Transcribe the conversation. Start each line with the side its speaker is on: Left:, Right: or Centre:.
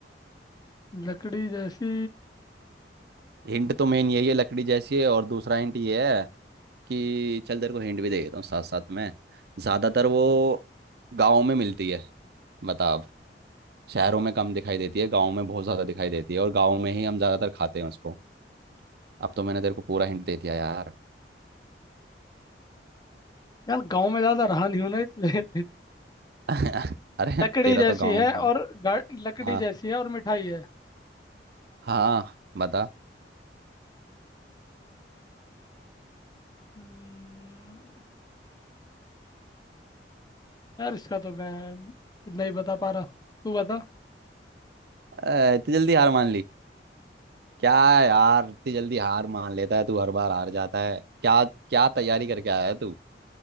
Left: लकड़ी जैसी
Right: हिंट तो मेन यही है लकड़ी जैसी है और दूसरा हिंट ये है कि चल तेरे को हिंट भी दे देता हूँ साथ साथ में ज्यादातर वो गाँव में मिलती है बता अब शहरों में कम दिखाई देती है गाँव में बहुत ज्यादा दिखाई देती है और गाँव में ही हम ज्यादातर खाते हैं उसको अब तो मैंने तेरे को पूरा हिंट दे दिया यार
Left: यार गांव में ज्यादा रहा नहीं हूं ना इसलिए
Right: <laughs> अरे
Left: <laughs> लकड़ी
Right: तेरा
Left: जैसी
Right: तो गाँव
Left: है
Right: में ही
Left: और
Right: है
Left: गा- लकड़ी
Right: हाँ
Left: जैसी है और मिठाई है
Right: हाँ बता
Left: हम्म, यार इसका तो मैं नहीं बता पा रहा तू बता
Right: ए, इतनी जल्दी हार मान ली क्या यार इतनी जल्दी हार मान लेता है तू हर बार हार जाता है क्या क्या तैयारी करके आया है तू